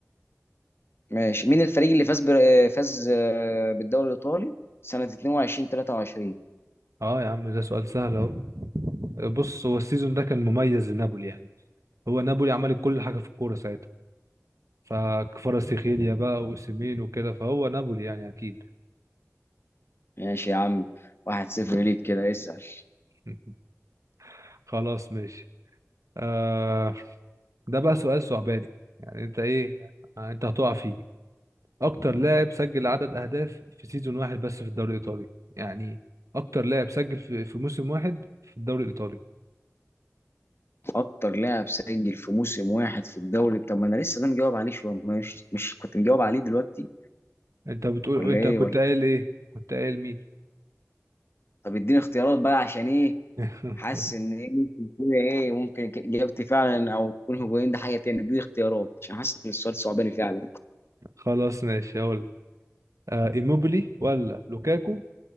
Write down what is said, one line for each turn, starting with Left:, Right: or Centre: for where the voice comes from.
Left: ماشي مين الفريق اللي فاز بر... آه، فاز آه، بالدوري الايطالي سنة 22 23
Right: اه يا عم ده سؤال سهل اهو بص هو السيزون ده كان مميز لنابولي يعني هو نابولي عملت كل حاجة في الكورة ساعتها فكفاراتسخيليا بقى وأوسيمين وكده فهو نابولي يعني أكيد
Left: ماشي يا عم واحد صفر ليك كده اسال
Right: <laughs> خلاص ماشي آه ده بقى سؤال صعباني يعني أنت إيه آه، أنت هتقع فيه اكتر لاعب سجل عدد اهداف في سيزون واحد بس في الدوري الايطالي يعني اكتر لاعب سجل في في موسم واحد في الدوري الايطالي
Left: اكتر لاعب سجل في موسم واحد في الدوري طب ما انا لسه ده مجاوب عليه شويه مش مش كنت مجاوب عليه دلوقتي
Right: انت بتقول
Left: ولا
Right: انت
Left: ايه
Right: كنت
Left: ولا
Right: قايل ايه كنت قايل مين
Left: طب اديني اختيارات بقى عشان ايه
Right: <laughs>
Left: حاسس ان ايه ممكن كده ايه ممكن ك- اجابتي فعلا او يكون هجومين ده حاجه تاني اديني اختيارات عشان حاسس ان السؤال صعباني فعلا
Right: خلاص ماشي هقول لك. آه ايموبيلي ولا لوكاكو